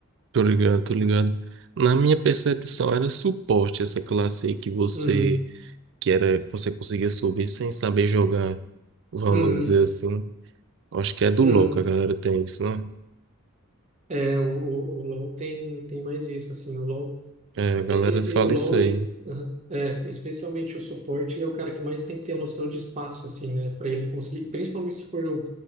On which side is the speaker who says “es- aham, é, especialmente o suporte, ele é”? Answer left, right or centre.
Right